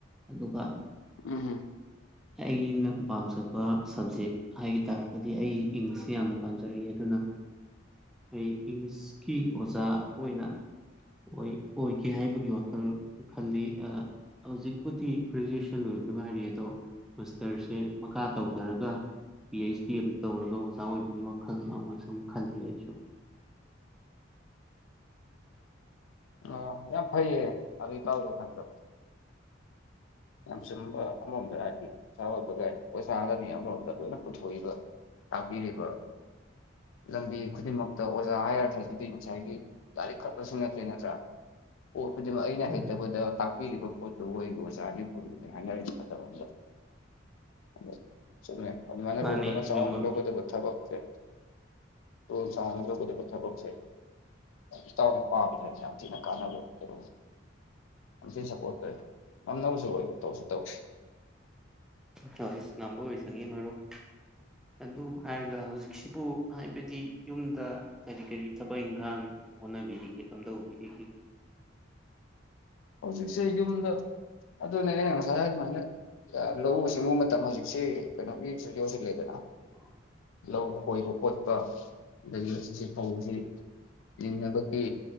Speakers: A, in the centre; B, on the left (about 80°).
A: ꯑꯗꯨꯒ
B: ꯎꯝ
A: ꯑꯩꯒꯤꯅ ꯄꯥꯝꯖꯕ ꯁꯕꯖꯦꯛ ꯍꯥꯏꯒ ꯇꯥꯔꯒꯗꯤ ꯑꯩ ꯏꯪꯂꯤꯁꯁꯦ ꯌꯥꯝꯅ ꯄꯥꯝꯖꯔꯛꯏ ꯑꯗꯨꯅ ꯑꯈꯣꯏ ꯏꯪꯂꯤꯁꯀꯤ ꯑꯣꯖꯥ ꯑꯣꯏꯅ ꯑꯣꯏ ꯑꯣꯏꯒꯦ ꯍꯥꯏꯕꯒꯤ ꯋꯥꯈꯜ ꯈꯜꯂꯤ ꯍꯧꯖꯤꯛꯄꯨꯗꯤ ꯒ꯭ꯔꯦꯖꯨꯑꯦꯁꯟ ꯂꯣꯏꯕꯗ ꯉꯥꯏꯔꯤ ꯑꯗꯣ ꯃꯁꯇꯔꯁꯦ ꯃꯈꯥ ꯇꯧꯊꯔꯒ ꯄꯤ ꯑꯩꯩꯆ ꯗꯤ ꯑꯃꯨꯛ ꯇꯧꯔꯒ ꯑꯣꯖꯥ ꯑꯣꯏꯕꯒꯤ ꯋꯥꯈꯜ ꯑꯃꯁꯨ ꯈꯜꯂꯤ ꯑꯩꯁꯨ
B: ꯑꯣ ꯌꯥꯝ ꯐꯩꯌꯦ ꯑꯗꯨ ꯏꯇꯥꯎ ꯋꯥꯈꯜꯗꯣ
A: <inaudible>
B: ꯌꯥꯝ ꯆꯨꯝꯕ ꯑꯃꯔꯣꯝꯗ ꯍꯥꯏꯔꯗꯤ ꯄꯥ ꯑꯣꯠꯄꯒ ꯍꯥꯏꯔꯗꯤ ꯄꯣꯁꯥꯒꯅꯤ ꯑꯃꯔꯣꯝꯗ ꯂꯣꯏꯅ ꯄꯨꯊꯣꯛꯏꯕ ꯇꯥꯛꯄꯤꯔꯤꯕ ꯂꯝꯕꯤ ꯈꯨꯗꯤꯡꯃꯛꯇ ꯑꯣꯖꯥ ꯍꯥꯏꯔꯗꯤ ꯉꯁꯥꯏꯒꯤ ꯂꯥꯏꯔꯤꯛ ꯈꯛꯇꯁꯨ ꯅꯠꯇꯦ ꯅꯠꯇ꯭ꯔꯥ ꯑꯣ ꯈꯨꯗꯤꯡꯃꯛ ꯑꯩꯅ
A: ꯎꯝ
B: ꯍꯩꯇꯕꯗ ꯇꯥꯛ ꯄꯤꯔꯤꯕ ꯄꯣꯠꯇꯨ ꯑꯣꯏꯒꯤ ꯑꯣꯖꯥ ꯄꯣꯠꯇꯨ ꯍꯥꯏꯅꯔꯤꯅꯦ ꯃꯇꯝ ꯑꯃꯗ ꯑꯗ ꯆꯨꯝꯃꯦ ꯑꯗꯨꯃꯥꯏꯅ
A: ꯃꯥꯅꯦ
B: ꯎꯕꯗ
A: ꯑꯗꯨꯃꯛꯅꯤ
B: ꯆꯥꯎꯅ ꯌꯣꯛꯀꯗꯕ ꯊꯕꯛ ꯁꯦ ꯇꯣꯂꯣꯞ ꯆꯥꯎꯅꯕꯒꯤ ꯊꯕꯛꯁꯦ ꯏꯇꯥꯎꯅ ꯄꯥꯕꯁꯦ ꯌꯥꯝ ꯊꯤꯅ ꯀꯥꯟꯅꯕ ꯑꯗꯨ ꯌꯥꯝꯊꯤꯅ ꯁꯞꯄꯣꯔꯠ ꯇꯧꯋꯤ ꯉꯝꯅꯕꯁꯨ ꯑꯣꯏꯌꯨ ꯇꯧꯁꯨ ꯇꯧꯁꯤ
A: ꯍꯣꯏ ꯉꯝꯕ ꯑꯣꯏꯖꯒꯦ ꯃꯔꯨꯞ ꯑꯗꯨ ꯍꯥꯏꯔꯒ ꯍꯧꯖꯤꯛꯁꯤꯕꯨ ꯍꯥꯏꯕꯗꯤ ꯌꯨꯝꯗ ꯀꯔꯤ ꯀꯔꯤ ꯊꯕꯛ ꯏꯪꯈꯥꯡ ꯍꯣꯠꯅꯕꯤꯔꯤꯒꯦ ꯀꯝꯗꯧꯕꯤꯒꯦ
B: ꯍꯧꯖꯤꯛꯁꯦ ꯌꯨꯝꯗ ꯑꯗꯨꯅꯦ ꯑꯩꯅ ꯉꯁꯥꯏ ꯑꯗꯨꯃꯥꯏꯅ ꯂꯧꯎꯁꯤ ꯁꯤꯡꯎ ꯃꯇꯝ ꯍꯧꯖꯤꯛꯁꯦ ꯀꯩꯅꯣꯒꯤꯁꯨ ꯌꯧꯁꯤꯜꯂꯦꯗꯅ
A: <unintelligible>
B: ꯂꯧ ꯈꯣꯏꯕ ꯈꯣꯠꯄ ꯑꯗꯒꯤ ꯍꯧꯖꯤꯛꯁꯤ ꯐꯧꯁꯤ ꯂꯤꯡꯅꯕꯒꯤ